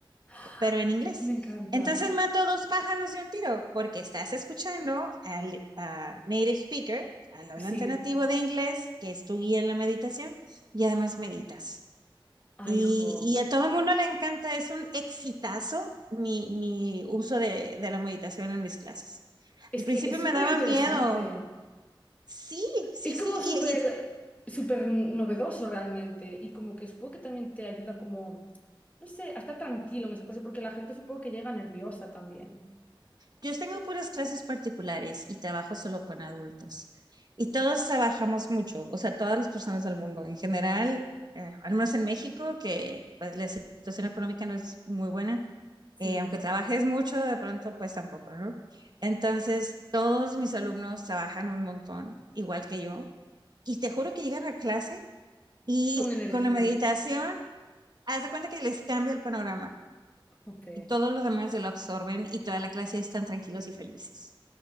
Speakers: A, on the left; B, on the right.
A: ¡Ah!
B: pero en inglés.
A: Me encanta.
B: Entonces mato dos pájaros de un tiro, porque estás escuchando al a native speaker, al hablante
A: Sí.
B: nativo de inglés, que es tu guía en la meditación, y además meditas.
A: Ay,
B: Y,
A: jo.
B: y a todo el mundo le encanta, es un exitazo mi, mi uso de, de la meditación en mis clases.
A: Es
B: Al principio
A: que es
B: me
A: súper
B: daba
A: interesante.
B: miedo. Sí, sí,
A: Es
B: sí.
A: como
B: Y,
A: súper,
B: y
A: súper novedoso realmente y como que supongo que también te ayuda como, no sé, a estar tranquilo, me parece, porque la gente supongo que llega nerviosa también.
B: yo tengo puras clases particulares y trabajo solo con adultos. Y todos trabajamos mucho, o sea, todas las personas del mundo en general, eh, al menos en México, que pues la situación económica no es muy buena.
A: Sí,
B: eh, aunque trabajes mucho, de pronto pues tampoco, ¿no? Entonces, todos mis alumnos trabajan un montón, igual que yo y te juro que llegan a clase y
A: con energía.
B: con la meditación, haz de cuenta que les cambia el panorama
A: Ok.
B: y todo lo demás se lo absorben y toda la clase están tranquilos y felices.